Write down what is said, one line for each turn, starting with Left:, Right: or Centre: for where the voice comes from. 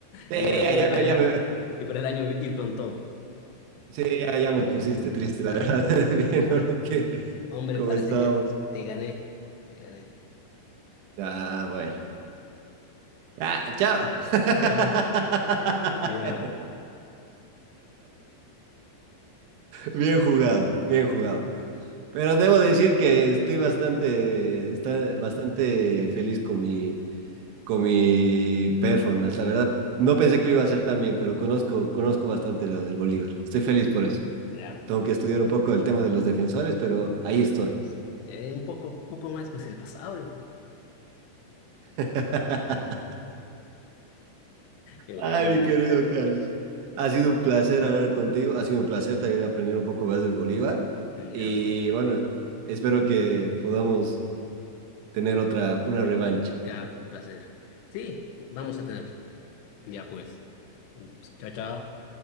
Right: sí,
Left: Y, ya,
Right: ya,
Left: y,
Right: ya
Left: para
Right: me,
Left: el,
Right: ya
Left: a-
Right: me,
Left: y para el año ir con todo.
Right: sí, ya, ya me pusiste triste, la verdad, <laughs>
Left: Ya,
Right: viendo lo que,
Left: hombre,
Right: cómo
Left: parece
Right: estábamos.
Left: que te gané, te gané.
Right: Ah, bueno. Ah, chao. <laughs>
Left: <laughs> Ya,
Right: Bien jugado, bien jugado. Pero debo decir que estoy bastante, está bastante feliz con mi, con mi performance. La verdad, no pensé que lo iba a hacer tan bien, pero conozco, conozco bastante lo del Bolívar. Estoy feliz por eso.
Left: ya.
Right: Tengo que estudiar un poco el tema de los defensores, pero ahí
Left: pues,
Right: estoy.
Left: Eh, Un poco, un poco más, pues el pasado. yo-
Right: <laughs>
Left: Igual,
Right: Ay, mi querido Carlos. Ha sido un placer hablar contigo. Ha sido un placer también aprender un poco más del Bolívar.
Left: yo- ya,
Right: Y
Left: pues.
Right: bueno, espero que podamos tener otra, una revancha.
Left: Claro, un placer. Sí, vamos a tener. Ya pues. Chao, chao.